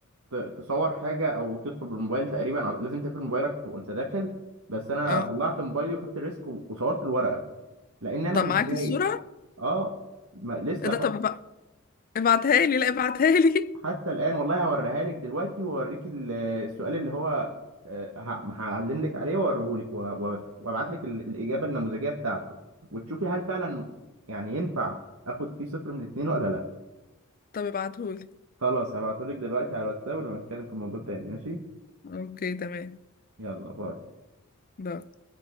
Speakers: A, on the right; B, on the left.
A: ت- تصور حاجه او تدخل بالموبايل تقريبا او لازم تقفل موبايلك وانت داخل بس انا
B: اه
A: طلعت موبايلي وخدت ريسك و- وصورت الورقه لان انا
B: طب
A: متضايق
B: معاك الصوره
A: اه ما لسه
B: ايه ده
A: حتى
B: طب ابع- ابعتها لي لا ابعتها لي
A: حتى الان والله هوريها لك دلوقتي واوريك ال- السؤال اللي هو آه، ه- هعلم لك عليه واوريه لك وابعت لك ال- الاجابه النموذجيه بتاعته وتشوفي هل فعلا يعني ينفع اخد فيه صفر من اتنين ولا لا
B: <laughs> طب ابعتهولي
A: خلاص هبعتهولك دلوقتي على الواتساب ونبقى نتكلم في الموضوع تاني ماشي
B: اوكي تمام
A: يلا باي
B: لا